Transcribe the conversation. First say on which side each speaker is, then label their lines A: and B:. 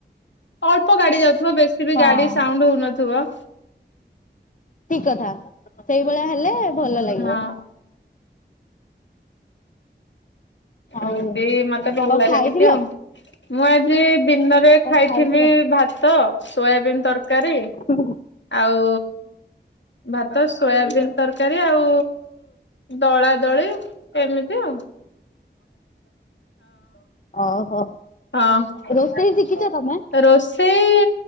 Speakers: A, on the left; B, on the left.
A: ଅଳ୍ପ ଗାଡି ଯାଉଥିବ ବେଶ ଟିକେବି
B: ହଁ
A: ଗାଡି ସାଉଣ୍ଡ ହଉନଥିବ।
B: ଠିକ କଥା ସେଇଭଳିଆ ହେଲେ ଭଲ
A: ହଁ।
B: ଲାଗିବ। ଆଉ
A: ଏମିତି ମତେ ଭଲ
B: କଣ
A: ଲାଗେ
B: ଖାଇଥିଲ
A: ଟିକେ ଆଉ। ମୁଁ ଆଜି ଦିନରେ
B: କଣ
A: ଖାଇଥିଲି
B: ଖାଇଥିଲ?
A: ଭାତ ସୋୟାବିିନ୍ ତରକାରୀ
B: ହୁଁ।
A: ଆଉ ଭାତ ସୋୟାବିନ୍ ତରକାରୀ ଆଉ ଦଳା ଦଳି ଏମିତି ଆଉ
B: ଓହୋ
A: ହଁ। ହଁ
B: ରୋଷେଇ ଶିଖିଛ ତମେ?
A: ରୋଷ ଶେଇ